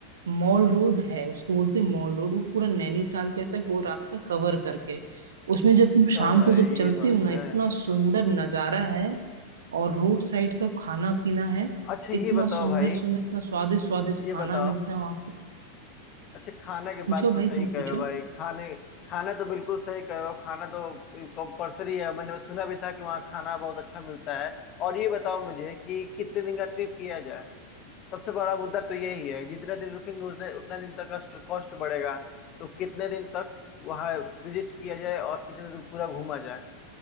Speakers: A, on the right (about 65°); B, on the left (about 35°).
A: मॉल रोड है उसको बोलते हैं मॉल रोड वो पूरा नैनीताल को ऐसा वो रास्ता कवर करके उसमें जब
B: अच्छा
A: तुम शाम
B: भाई
A: को जब
B: ये
A: चलते
B: बात
A: हो ना
B: है
A: इतना सुंदर नजारा है और रोड साइड का खाना पीना है
B: अच्छा ये
A: इतना
B: बताओ
A: सुंदर
B: भाई
A: सुंदर इतना स्वादिष्ट स्वादिष्ट
B: ये
A: खाना
B: बताओ
A: मिलता है वहां पे
B: अच्छा खाना की
A: पूछो
B: बात
A: भाई
B: तो सही
A: तुम
B: कहे
A: पूछो
B: हो भाई खाने खाना तो बिल्कुल सही कहे हो खाना तो कंपलसरी है मैंने सुना भी था कि वहाँ खाना बहुत अच्छा मिलता है और ये बताओ मुझे कि कितने दिन का ट्रिप किया जाए सबसे बड़ा मुद्दा तो यही है जितना दिन रुकेंगे उतने उतना दिन तक कॉस्ट कॉस्ट बढ़ेगा तो कितने दिन तक वहाँ विजिट किया जाए और कितने दिन पूरा घूमा जाए